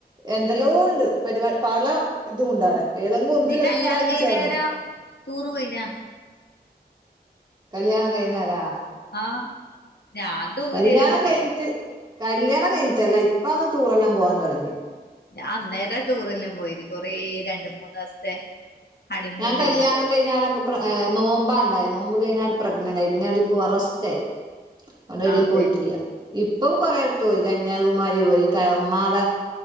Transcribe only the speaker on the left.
നീ കല്യാണം
കഴിഞ്ഞേരം
ടൂറ് പോയിനാ
ആ. ഞാന് ദൂരെലും
പോയിനിം
ഞാൻ അന്നേര ടൂറല്ലാം പോയിന്. കൊറേ രണ്ട്‌, മൂന്നി ദിവസത്തെ ഹണിമൂണിനെല്ലാം
പോയി
ആ
അതെ